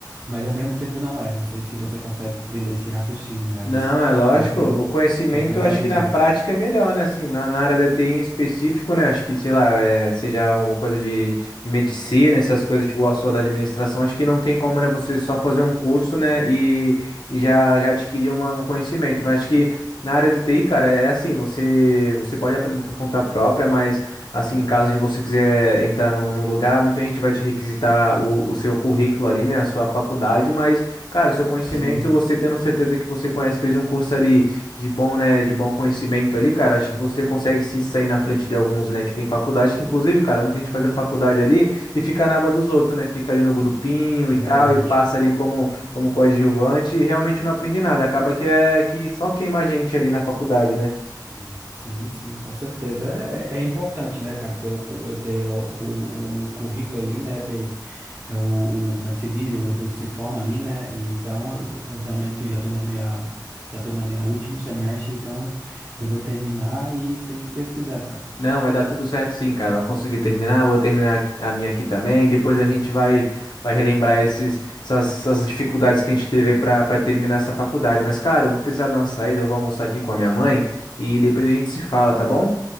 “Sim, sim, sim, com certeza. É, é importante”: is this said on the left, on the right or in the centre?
Right